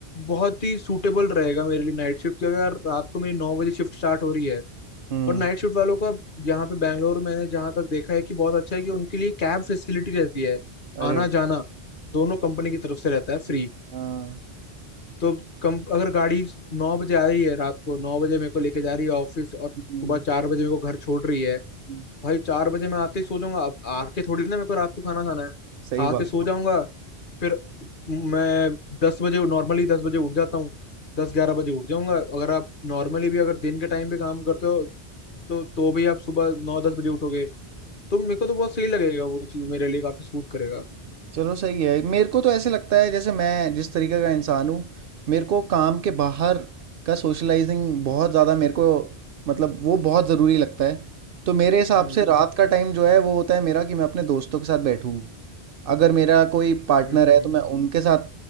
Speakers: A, on the left (about 55°); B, on the right (about 65°).
A: बहुत ही सूटेबल रहेगा मेरे लिए नाइट शिफ्ट क्योंकि अगर रात को मेरी नौ बजे शिफ्ट स्टार्ट हो रही है
B: हम्म
A: और नाइट शिफ्ट वालों का यहाँ पे बैंगलोर मैंने जहाँ तक देखा है कि बहुत अच्छा है कि उनके लिए कैब फैसिलिटी रहती है
B: अरे
A: आना जाना दोनों कंपनी की तरफ से रहता है फ्री
B: हाँ
A: तो कम अगर गाड़ी नौ बजे आ रही है रात को नौ बजे मेरे को लेके जा रही है ऑफिस और
B: हम्म,
A: सुबह चार बजे मेरे को घर छोड़ रही है
B: हम्म,
A: भाई चार बजे मैं आते ही सो जाऊंगा अब आके थोड़ी ना मेरे को रात को खाना खाना है
B: सही
A: आके
B: बात
A: सो जाऊंगा फिर मैं दस बजे नॉर्मली दस बजे उठ जाता हूँ दस ग्यारह बजे उठ जाऊंगा अगर आप नॉर्मली भी अगर दिन के टाइम पे काम करते हो तो तो भी आप सुबह नौ दस बजे उठोगे तो मेरे को तो बहुत सही लगेगा वो चीज़ मेरे लिए काफी सूट करेगा
B: चलो सही है मेरे को तो ऐसे लगता है जैसे मैं जिस तरीके का इंसान हूँ मेरे को काम के बाहर का सोशलाइजिंग बहुत ज़्यादा मेरे को मतलब वो बहुत ज़रूरी लगता है तो मेरे हिसाब
A: हम्म
B: से रात का टाइम जो है वो होता है मेरा कि मैं अपने दोस्तों के साथ बैठूँ अगर मेरा कोई पार्टनर
A: हम्म
B: है तो मैं उनके साथ